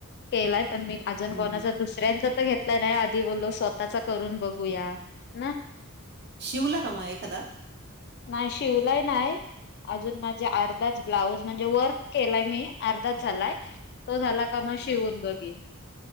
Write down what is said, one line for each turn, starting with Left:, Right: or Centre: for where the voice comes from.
Left: केलाय पण मी अजून
Right: हं
Left: कोणाच
Right: हं.
Left: दुसऱ्यांच तर घेत नाही आधी बोललो स्वतःचा करून बघूया ना?
Right: शिवला का मग एखादा?
Left: नाही शिवलाय नाय. अजून माझे आड अर्धाच ब्लाउज म्हणजे वर्क केलाय मी अर्धाच झालाय. तो झाला का म शिवून बघीन.